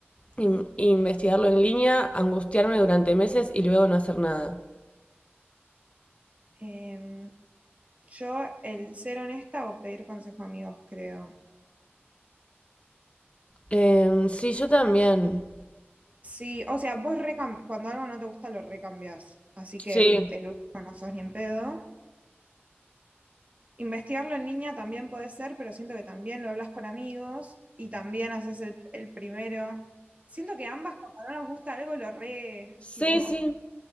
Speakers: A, on the left (about 30°); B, on the right (about 35°).
A: in- investigarlo en línea, angustiarme durante meses y luego no hacer nada.
B: em, yo el ser honesta o pedir consejo a amigos, creo.
A: Em, sí, yo también.
B: Sí, o sea, vos recam- cuando algo no te gusta lo recambias. Así
A: Sí.
B: que el último no sos ni en pedo. Investigarlo en línea también puede ser, pero siento que también lo hablas con amigos y también haces el, el primero. Siento que ambas, cuando no nos gusta algo, lo re,
A: Sí,
B: tipo,
A: sí.